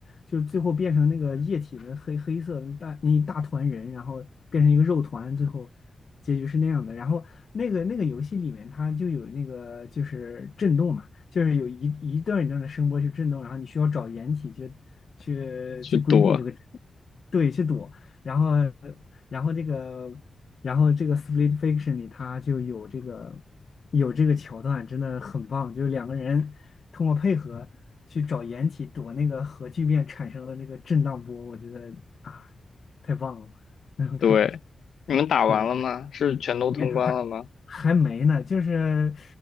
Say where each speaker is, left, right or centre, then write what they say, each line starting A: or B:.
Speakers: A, on the left; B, on the left.
A: 就是最后变成那个液体的黑黑色的大那一大团人，然后变成一个肉团，最后结局是那样的。然后那个那个游戏里面它就有那个就是震动嘛，就是有一一段一段的声波去震动，然后你需要找掩体去去去规避这个，
B: 去躲。
A: 对，去躲，然后然后这个。然后这个《Split Fiction》里，它就有这个有这个桥段，真的很棒。就是两个人通过配合去找掩体躲那个核聚变产生的那个震荡波，我觉得啊，太棒了，那种感觉。
B: 对，你们打完了吗？
A: 是，
B: 是全都通关了吗？
A: 对还没呢，就是